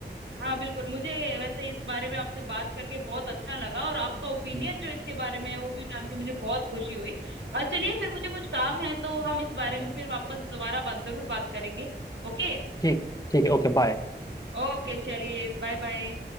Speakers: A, on the right; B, on the left.
A: हाँ बिल्कुल मुझे वैसे इस बारे में
B: हम्म,
A: आपसे बात करके बहुत अच्छा लगा और आपका ओपिनियन
B: हम्म,
A: जो इसके बारे में है वो भी जान के मुझे बहुत खुशी हुई अ, चलिए फिर मुझे कुछ काम है तो हम इस बारे
B: हम्म।
A: में फिर वापस दोबारा बात जरूर बात करेंगे ओके
B: ठीक है ठीक है ओके बाय
A: ओके चलिए बाय बाय